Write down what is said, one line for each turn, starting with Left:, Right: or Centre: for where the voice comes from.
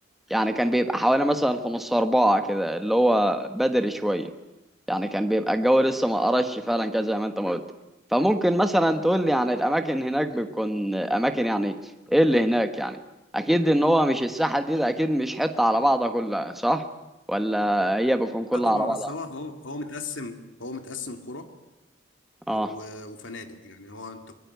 Centre: يعني كان بيبقى حوالي مثلا في نص أربعة كده اللي هو بدري شوية يعني كان بيبقى الجو لسه ما قرش فعلا كده زي ما انت ما قلت فممكن مثلا تقول لي يعني الأماكن هناك بتكون أماكن يعني إيه اللي هناك يعني أكيد إن هو مش الساحل دي ده أكيد مش حتة على بعضها كلها صح ولا هي بتكون كلها
Left: لا طبعا
Centre: على
Left: بس
Centre: بعضها؟
Left: هو هو هو متقسم هو متقسم قرى
Centre: آه
Left: و- وفنادق يعني هو انت